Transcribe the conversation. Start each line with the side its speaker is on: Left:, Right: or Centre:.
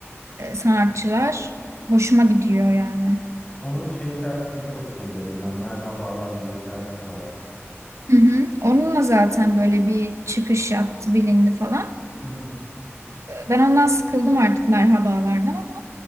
Right: e, sanatçılar hoşuma gidiyor yani.
Left: Onun şey şarkısını çok seviyordum ben. Merhabalar diye bir şarkısı var.
Right: Hı hı. Onunla zaten böyle bir çıkış yaptı, bilindi falan.
Left: Hı hı.
Right: Ben ondan sıkıldım artık merhabalardan ama